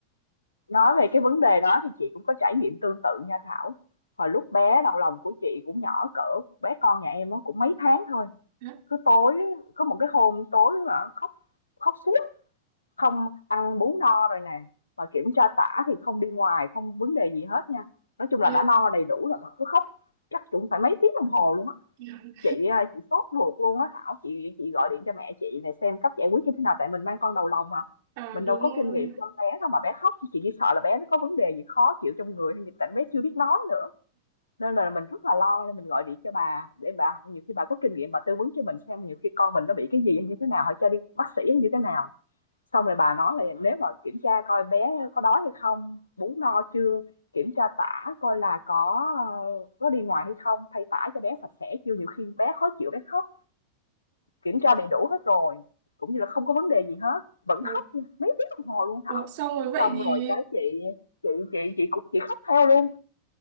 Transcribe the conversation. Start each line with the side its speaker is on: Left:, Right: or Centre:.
Left: nói về cái vấn đề đó thì chị cũng có trải nghiệm tương tự nha Thảo hồi lúc bé đầu lòng của chị cũng nhỏ cỡ bé con nhà em nó cũng mấy tháng thôi
Right: <laughs>
Left: Cứ tối có một cái hôm tối mà khóc khóc suốt, không ăn bú no rồi nè, mà kiểm tra tả thì không đi ngoài, không vấn đề gì hết nha. Nói chung
Right: Dạ,
Left: là đã
Right: dạ,
Left: no đầy đủ rồi mà cứ khóc chắc cũng phải mấy tiếng đồng hồ luôn á.
Right: dạ.
Left: Chị à, chị sốt ruột luôn á Thảo, chị chị gọi điện cho mẹ chị này xem cách giải quyết như thế nào tại mình mang con đầu lòng mà.
Right: à
Left: Mình
Right: đúng
Left: đâu có
Right: rồi
Left: kinh nghiệm chăm bé đâu mà bé khóc chị chỉ sợ là bé nó có vấn đề gì khó chịu trong người hay gì tại bé chưa biết nói nữa nên là mình rất là lo nên mình gọi điện cho bà để bà nhiều khi bà có kinh nghiệm bà tư vấn cho mình xem nhiều khi con mình nó bị cái gì hay như thế nào hay cho đi bác sĩ hay như thế nào xong rồi bà nói là nếu mà kiểm tra coi bé có đói hay không bú no chưa kiểm tra tả coi là có ờ, có đi ngoài hay không thay tả cho bé sạch sẽ chưa nhiều khi bé khó chịu bé khóc kiểm tra đầy đủ hết rồi cũng như là không có vấn đề gì hết vẫn
Right: ồ,
Left: khóc nha, mấy tiếng đồng hồ luôn Thảo
Right: ồ, xong rồi vậy
Left: xong
Right: thì
Left: rồi cái chị chị chị chị cũng chị khóc theo luôn